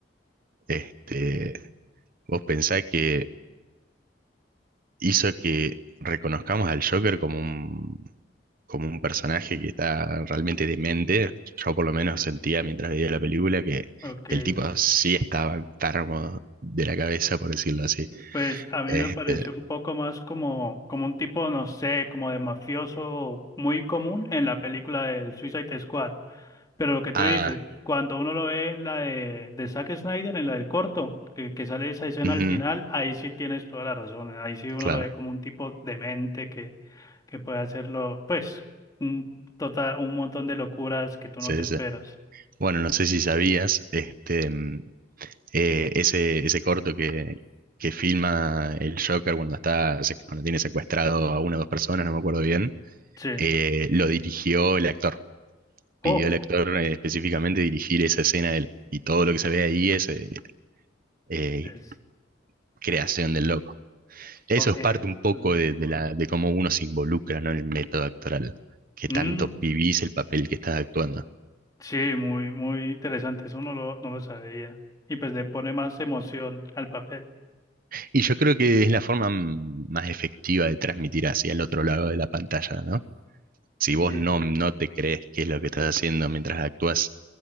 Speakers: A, on the right; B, on the left.
A: Este, vos pensás que hizo que reconozcamos al Joker como un, como un personaje que está realmente demente. Yo por lo menos sentía mientras veía la película que,
B: Ok.
A: que el tipo sí estaba enfermo de la cabeza, por decirlo así.
B: Pues a mí
A: Este,
B: me pareció un poco más como, como un tipo, no sé, como de mafioso muy común en la película del Suicide Squad. Pero lo que tú
A: ah,
B: dices, cuando uno lo ve en la de, de Zack Snyder, en la del corto, que, que sale esa escena
A: ujú,
B: al final, ahí sí tienes toda la razón. ¿eh? Ahí sí uno
A: claro,
B: lo ve como un tipo demente que, que puede hacerlo, pues, un, total, un montón de locuras que tú
A: sí,
B: no te esperas.
A: sí. Bueno, no sé si sabías, este, mm, eh, ese, ese corto que, que filma el Joker cuando está, sec- cuando tiene secuestrado a una o dos personas, no me acuerdo bien,
B: Sí.
A: eh, lo dirigió el actor pidió
B: Oh,
A: al actor eh, específicamente dirigir esa escena de él. Y todo lo que se ve ahí es, eh, eh,
B: es,
A: creación del loco. Eso
B: ok.
A: es parte un poco
B: Eso
A: de, de
B: cool.
A: la, de cómo uno se involucra, ¿no? en el método actoral, que
B: Mm,
A: tanto vivís el papel que estás actuando.
B: sí, muy, muy interesante. Eso no lo, no lo sabía. Y pues le pone más emoción al papel.
A: Y yo creo que es la forma más efectiva de transmitir hacia el otro lado de la pantalla, ¿no? Si vos
B: Sí.
A: no, no te crees qué es lo que estás haciendo mientras actúas,